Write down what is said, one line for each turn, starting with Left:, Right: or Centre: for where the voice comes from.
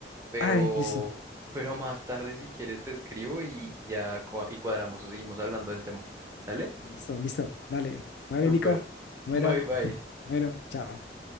Right: pero,
Left: Ay, listo,
Right: pero más tarde si quieres te escribo y ya cua- y cuadramos o seguimos hablando del tema. ¿Dale?
Left: listo, listo. Dale, vale,
Right: Súper.
Left: Nico.
Right: <laughs>
Left: Bueno,
Right: Bye bye.
Left: <laughs> bueno, chao.